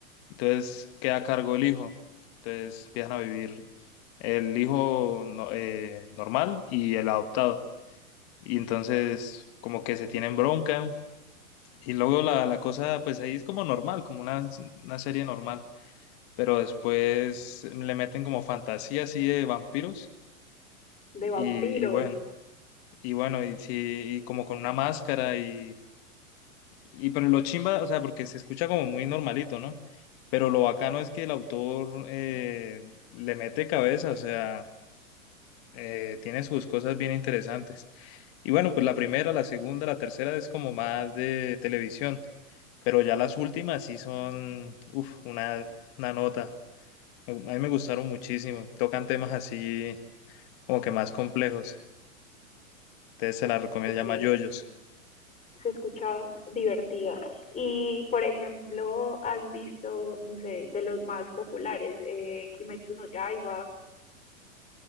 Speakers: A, on the left; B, on the left.
A: entonces queda a cargo el hijo, entonces empiezan a vivir el hijo no- eh, normal y el adoptado, y entonces como que se tienen bronca, y luego la, la cosa pues ahí es como normal, como una, una serie normal, pero después le meten como fantasía así de vampiros,
B: de
A: y,
B: vampiros.
A: y bueno, y bueno, y, sí, y como con una máscara y Y pero lo chimba, o sea, porque se escucha como muy normalito, ¿no? Pero lo bacano es que el autor eh, le mete cabeza, o sea, eh, tiene sus cosas bien interesantes. Y bueno, pues la primera, la segunda, la tercera es como más de televisión, pero ya las últimas sí son, uff, una, una nota. A mí me gustaron muchísimo. Tocan temas así como que más complejos. Entonces se la recomiendo,
B: Ok,
A: se llama JoJo's.
B: se escucha divertida. Y, por ejemplo, has visto, no sé, de los más populares, eh, Kimetsu no Yaiba,